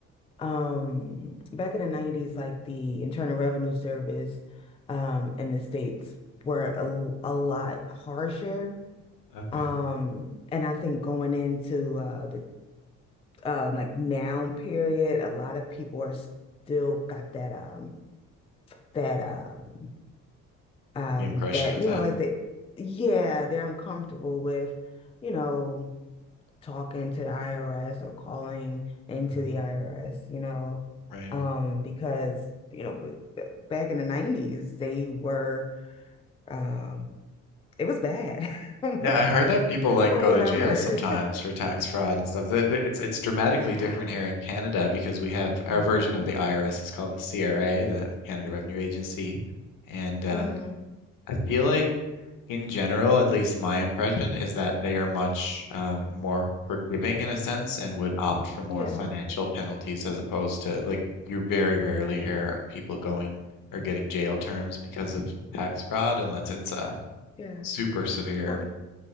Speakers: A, on the left (about 15°); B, on the left (about 60°).
A: um back in the 90s like the Internal Revenue Service um in the States were a, a lot harsher.
B: Okay,
A: Um and I think going into uh the uh, like now period, a lot of people are still got that um that um um
B: the impression
A: that
B: of
A: you
B: that.
A: know like they yeah, they're uncomfortable with, you know talking to the IRS or calling into
B: hmm
A: the IRS, you know,
B: Right.
A: um, because, you know, b- back in the 90s, they were, um, it was bad <laughs> from
B: Yeah,
A: what,
B: I heard that people like
A: from
B: go
A: what
B: to jail
A: I've heard.
B: sometimes
A: <laughs>
B: for tax fraud and stuff. The- the- It's it's dramatically
A: Yeah,
B: different here in Canada because we have
A: yeah.
B: our version of the IRS is called the CRA, the Canada Revenue Agency, and um,
A: hmm
B: I feel like in general, at least my impression is that they are much um, more forgiving in a sense and would opt for more
A: Yeah.
B: financial penalties as opposed to like you very rarely hear people going or
A: Right.
B: getting jail terms because of tax fraud unless it's uh,
A: Yeah.
B: super severe.
A: Well,